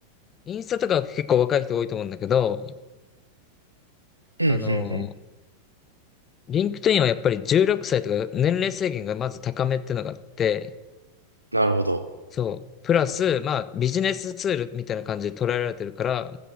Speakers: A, on the left; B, on the right.
A: インスタとか結構若い人多いと思うんだけど、
B: うんうんうん。
A: あの、リンクトインはやっぱり16歳とか年齢制限がまず高めってのがあって、
B: なるほど。
A: そう。プラス、まあビジネスツールみたいな感じで捉えられてるから、